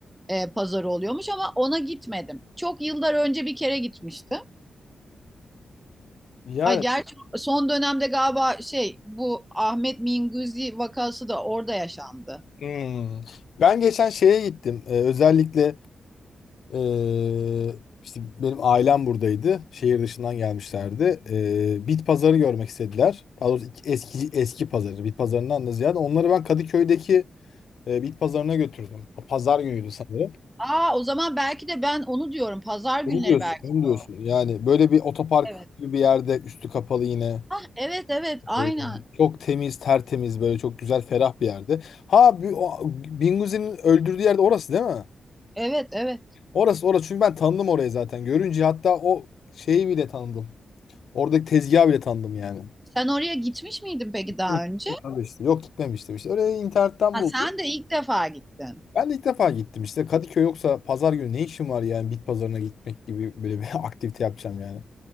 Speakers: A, in the centre; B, on the left (about 70°).
A: e, pazarı oluyormuş ama ona gitmedim. Çok yıllar önce bir kere gitmiştim.
B: Yani
A: Ay gerçi son dönemde galiba şey bu Ahmet Minguzi vakası da orada yaşandı.
B: hmm. ben geçen şeye gittim. Ee, özellikle ee, işte benim ailem buradaydı. Şehir dışından gelmişlerdi. Ee, bit pazarı görmek istediler. Daha doğrusu iki- eski eski pazarı. Bit pazarından da ziyade onları ben Kadıköy'deki e, bit pazarına götürdüm. Pazar günüydü sanırım.
A: Aa, o zaman belki de ben onu diyorum. Pazar günleri
B: Onu diyorsun,
A: belki
B: onu
A: de
B: diyorsun.
A: o.
B: Yani böyle bir otopark
A: Evet.
B: gibi bir yerde üstü kapalı yine.
A: Ah, evet evet aynen.
B: Ee, çok temiz, tertemiz böyle çok güzel, ferah bir yerde. Ha, bir- o- Binguzi'nin öldürdüğü yerde orası değil mi?
A: Evet evet.
B: Orası orası çünkü ben tanıdım orayı zaten. Görünce hatta o şeyi bile tanıdım. Oradaki tezgahı bile tanıdım yani.
A: Sen oraya gitmiş miydin peki daha
B: Demek
A: önce?
B: ki işte. Yok gitmemiştim işte. Orayı internetten
A: Ha,
B: buldum.
A: sen de ilk defa gittin.
B: Ben de ilk defa gittim işte. Kadıköy yoksa pazar günü ne işim var yani bit pazarına gitmek gibi böyle bir <laughs> aktivite yapacağım yani.